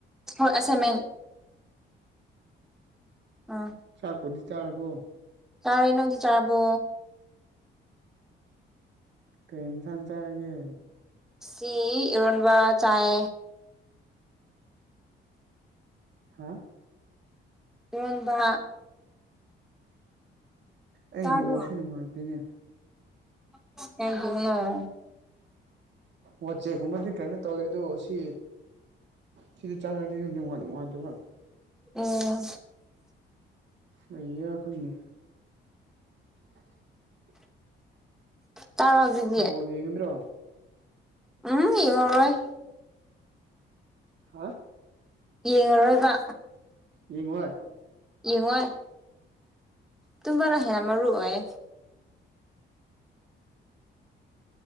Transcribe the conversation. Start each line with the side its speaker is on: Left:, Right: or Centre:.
Centre: ꯍꯣꯏ ꯑꯁꯥꯏꯃꯦꯟ ꯎꯥ
Right: ꯆꯥꯛꯄꯨꯗꯤ ꯆꯥꯔꯕꯣ
Centre: ꯆꯥꯔꯦ ꯅꯪꯗꯤ ꯆꯥꯔꯕꯣ
Right: ꯀꯩ ꯌꯦꯟꯁꯥꯡ ꯆꯥꯔꯒꯦ
Centre: ꯁꯤ ꯏꯔꯣꯟꯕ ꯆꯥꯏ
Right: ꯍꯥ
Centre: ꯏꯔꫭꯟꯕ
Right: ꯑꯩ
Centre: ꯇꯥꯕ꯭ꯔꯣ
Right: ꯅꯤꯋꯥꯛꯁꯤ ꯅꯨꯡꯉꯥꯏꯇꯦꯏꯅꯦ
Centre: <inaudible>
Right: ꯋꯥ ꯆꯦꯛꯒꯨꯝꯕꯗꯤ ꯀꯩꯅꯣ ꯇꯧꯔꯦ ꯑꯗꯣ ꯁꯤ ꯁꯤꯗ ꯆꯥꯡꯉꯗꯤ ꯅꯨꯡꯉꯗꯕ꯭ꯔꯥ
Centre: ꯎꯝ
Right: ꯂꯩ ꯌꯥ ꯈꯪꯅꯤ <inaudible>
Centre: ꯇꯔꯥꯕꯤꯒꯦ
Right: ꯕꯣꯜ ꯌꯦꯡꯒꯗ꯭ꯔꯣ
Centre: ꯎꯝ ꯏꯉꯉꯣꯏ
Right: ꯍꯥ
Centre: ꯌꯦꯡꯉꯔꯣꯏꯕ
Right: ꯌꯦꯡꯉꫭꯍꯦ
Centre: ꯌꯦꯡꯉꯣꯏ ꯇꯨꯝꯕꯅ ꯍꯦꯟꯅ ꯃꯔꯨ ꯑꯣꯏ